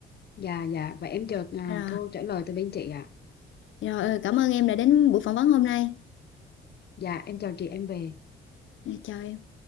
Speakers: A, on the left (about 55°); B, on the left (about 75°).
A: Dạ dạ vậy em chờ à,
B: Rồi,
A: câu trả lời từ bên chị ạ.
B: rồi cảm ơn em đã đến buổi phỏng vấn hôm nay.
A: Dạ em chào chị em về.
B: Rồi, Chào em.